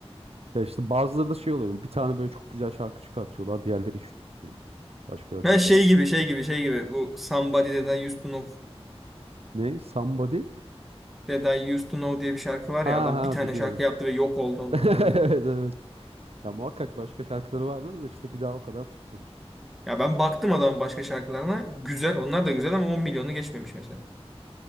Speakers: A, on the right; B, in the centre.
A: Ya işte bazıları da şey oluyor. Bir tane böyle çok güzel şarkı çıkartıyorlar. Diğerleri hiç tutmuyor. Başka
B: Ben
A: böyle
B: şey gibi şey gibi şey gibi bu Somebody That I Used to Know
A: ne? Somebody?
B: That I Used to Know diye bir şarkı var
A: Ha
B: ya adam
A: ha
B: bir tane
A: biliyorum.
B: şarkı yaptı ve yok oldu ondan
A: <laughs>
B: sonra.
A: Evet evet. Ya muhakkak başka şarkıları vardır da işte bir daha o kadar tutmamış.
B: Ya ben baktım adamın başka şarkılarına. Güzel. Onlar da güzel ama 10 milyonu geçmemiş mesela.